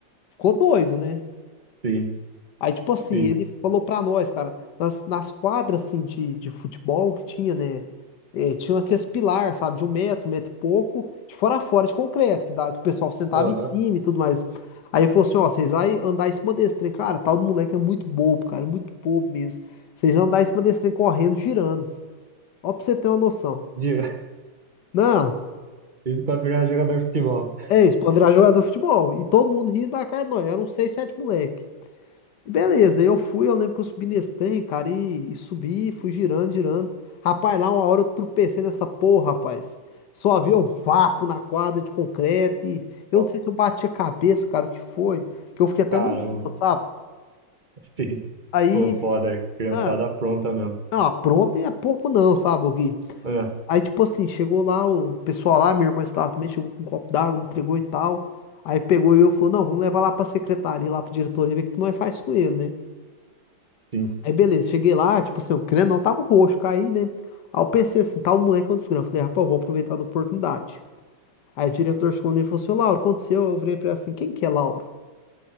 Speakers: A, on the left (about 60°); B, on the right (about 25°).
A: ficou doido, né?
B: Sim,
A: Aí, tipo assim,
B: sim.
A: ele falou pra nós, cara, nas, nas quadras assim, de, de futebol que tinha, né? eh, tinha aqueles pilar, sabe, de um metro, um metro e pouco, de fora a fora, de concreto, que, dá, que o pessoal sentava
B: Aham.
A: em cima e tudo mais. Aí ele falou assim: ó, vocês vai andar em cima desse trem, cara, tal do moleque é muito bobo, cara, muito bobo mesmo. Vocês vão andar em cima desse trem correndo, girando. Ó, pra você ter uma noção.
B: Digo,
A: Não.
B: Isso pra virar jogador de futebol.
A: É isso, pra virar jogador de futebol. E todo mundo rindo da cara de nós. Eram seis, sete moleque. E beleza, eu fui, eu lembro que eu subi nesse trem, cara, e, e subi, fui girando, girando. Rapaz, lá uma hora eu tropecei nessa porra, rapaz. Só havia um vapo na quadra de concreto. E eu
B: Não,
A: não sei se eu bati a cabeça, cara, o que foi. Que eu fiquei até
B: Caramba.
A: meio tonto, sabe?
B: Sim.
A: Aí,
B: Pô, foda. Criançada
A: ah,
B: pronta mesmo.
A: não, apronta e é pouco não, sabe, ô Gui?
B: Ah,
A: Aí, tipo assim, chegou lá, o pessoal lá, minha irmã estava também, chegou com um copo d'água, me entregou e tal. Aí pegou eu e falou, não, vamos levar lá pra secretaria, lá pra diretoria, ver o que nós faz com ele, né?
B: sim.
A: Aí beleza, cheguei lá, tipo assim, o crânio não tava roxo, caí, né? Aí eu pensei assim, tal moleque é um desgrama. Falei, rapaz, eu vou aproveitar da oportunidade. Aí o diretor chegou nele e falou assim, ô Lauro, o que aconteceu? Eu virei pra ela assim, quem que é Lauro?